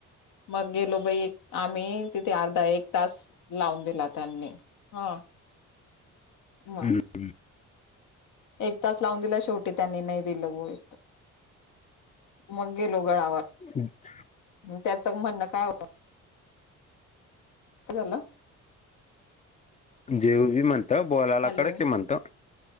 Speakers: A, on the left; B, on the left.
A: मग गेलो बाई आम्ही. तिथे अर्धा एक तास लावून दिला त्यांनी. हा मग
B: हम्म
A: एक तास लावून दिला शेवटी त्यांनी नाही दिलं हो य. मग गेलो गळावर.
B: अच्छा.
A: त्याच म्हणणं काय होत झालं.
B: जेवी म्हणत बोलायला
A: हॅलो
B: कडे कि म्हणतो